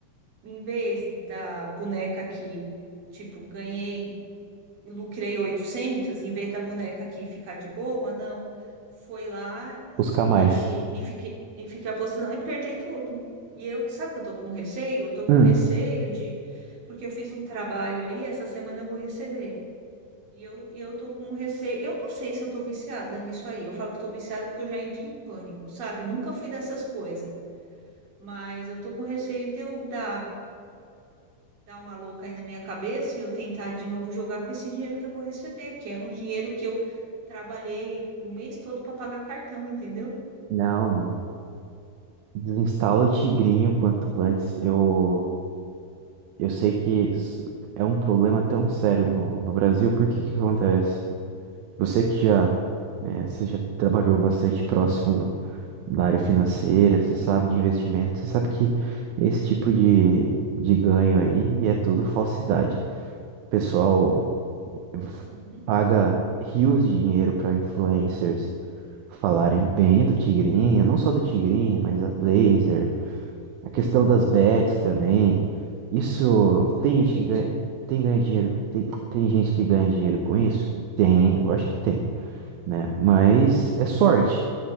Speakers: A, on the right; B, on the right.
A: em vez da boneca que, tipo, ganhei lucrei 800, em vez da boneca aqui ficar de boa, não. Foi lá
B: Buscar
A: e,
B: mais.
A: e, fiquei, e fiquei apostando e perdi tudo. E eu, sabe que eu tô com receio? Eu tô com
B: Hum.
A: receio de. Porque eu fiz um trabalho aí, essa semana eu vou receber. E eu, eu tô com um receio. Eu não sei se eu tô viciada nisso aí. Eu falo que tô viciada porque eu já entro em pânico, sabe? Nunca fui dessas coisas. Mas eu tô com receio de eu dar dar uma louca aí na minha cabeça e eu tentar de novo jogar com esse dinheiro que eu vou receber, que é um dinheiro que eu trabalhei o mês todo para pagar cartão, entendeu?
B: Não, não. Desinstala o Tigrinho o quanto antes. Eu, eu sei que s- é um problema tão sério no, no Brasil, porque que que acontece? Você que já, né, você já trabalhou bastante próximo da área financeira, você sabe de investimento, você sabe que esse tipo de, de ganho aí é tudo falsidade. O pessoal f-
A: Uhum,
B: paga rios de dinheiro para influencers falarem bem do Tigrinho, não só do Tigrinho, mas a Blazer. A questão das bets também. Isso
A: exatamente.
B: tem gente que ganha, tem ganha dinheiro, tem, tem gente que ganha dinheiro com isso? Tem, eu acho que tem, né? Mas é sorte,